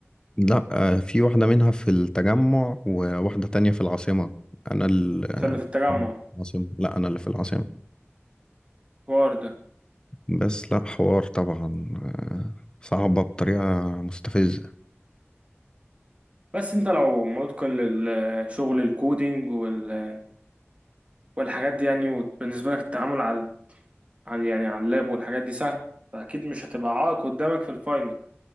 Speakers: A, on the left; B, on the right.
A: لا آه، في واحدة منها في التجمع وواحدة تانية في العاصمة أنا ال-
B: انت اللي في التجمع
A: أنا في العاصمة لا أنا اللي في العاصمة
B: حوار ده
A: بس لا حوار طبعا آه، صعبة بطريقة مستفزة
B: بس انت لو متقن للشغل الكودينج وال- والحاجات دي يعني وبالنسبة لك التعامل على على- يعني على اللاب والحاجات دي سهل فأكيد مش هتبقى عائق قدامك في الفاينل